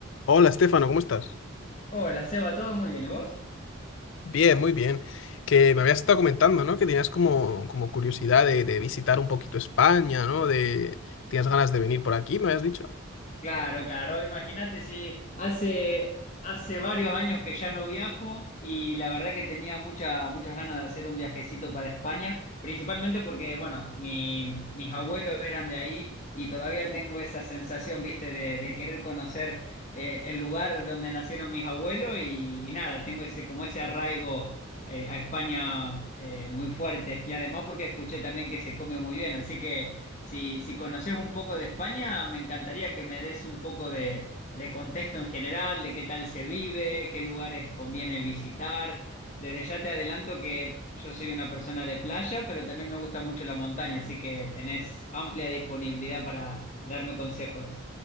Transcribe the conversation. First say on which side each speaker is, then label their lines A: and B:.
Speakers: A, on the left; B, on the left.
A: Hola, Estefano, ¿cómo estás?
B: Hola, Seba, ¿todo muy bien? ¿Y vos?
A: Bien, muy bien. Que me habías estado comentando, ¿no? Que tenías como, como curiosidad de, de visitar un poquito España, ¿no? De, tenías ganas de venir por aquí, me habías dicho.
B: Claro, claro. Imagínate si hace, hace varios años que ya no viajo y la verdad que tenía mucha- muchas ganas de hacer un viajecito para España, principalmente porque, bueno, mi- mis abuelos eran de ahí y todavía tengo esa sensación, viste, de, de querer conocer eh, el lugar donde nacieron mis abuelos y, y nada, tengo ese, como ese arraigo. eh, a España eh, muy fuerte y además porque escuché también que se come muy bien, así que Si, si conoces un poco de España, me encantaría que me des un poco de, de contexto en general, de qué tal se vive, qué lugares conviene visitar. Desde ya te adelanto que yo soy una persona de playa, pero también me gusta mucho la montaña, así que tenés amplia disponibilidad para darme consejos.